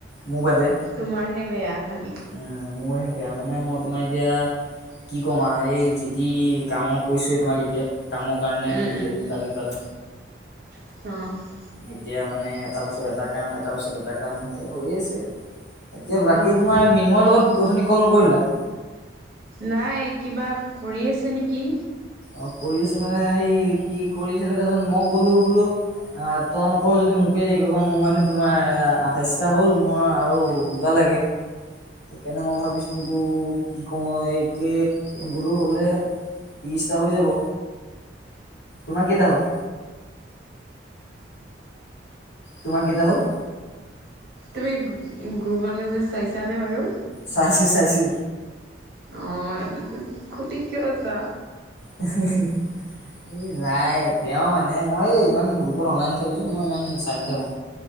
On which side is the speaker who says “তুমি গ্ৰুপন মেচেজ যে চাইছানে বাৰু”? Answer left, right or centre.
Right